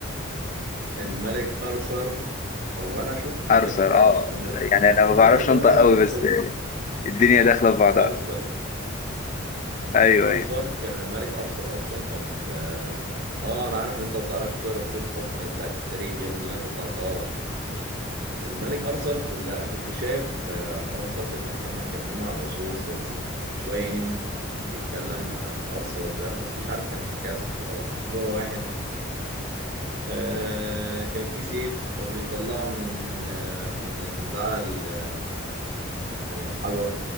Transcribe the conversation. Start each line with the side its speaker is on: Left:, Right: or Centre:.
Right: الملك ارثر هو انا شفت
Left: أرثر
Right: كرتون
Left: اه
Right: الم...
Left: يعني أنا
Right: شفت
Left: ما بعرفش
Right: كرتون
Left: أنطق
Right: الارثر
Left: قوي بس الدنيا داخلة في بعضها
Right: ارثر
Left: أيوه
Right: ارثر
Left: أيوه
Right: كان الملك ارثر اصلا كان في اه انا عارف ان انت ما بتعرفش تقرا الكتب اصلا بتاعت التاريخ يا ابني اللي انا كنت هعطاها لك الملك ارثر كل انا كنت شايف آه، اللهم صل على سيدنا محمد كان فيلم على العصور الوسطى بس كان شويه انمي كان بيتكلم على ان ارثر ده بس مش عارف كان الحكايه صح ولا غلط اللي هو واحد آه كان في سيف بيطلعه من آه من البتاع ال- آه، من الحجر